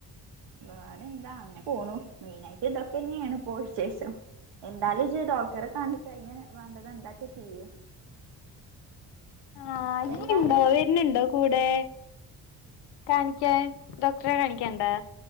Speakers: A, on the right (about 65°); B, on the left (about 65°).
A: വേറെ എന്താ അങ്ങനെ പോണു മെയിൻ ആയിട്ട് ഇതൊക്കെ തന്നെയാണ് ഇപ്പോ വിശേഷം. എന്താലും ഇജ്ജ് ഡോക്ടറെ കണ്ടിട്ട് അയിന് വേണ്ടത് എന്താച്ചാ ചെയ്യ്.
B: ആഹ്
A: എല്ലാരും
B: ഇയ്യ്ണ്ടോ വരുന്നുണ്ടോ കൂടെ. കാണിക്കാൻ ഡോക്ടറെ കാണിക്കണ്ടോ.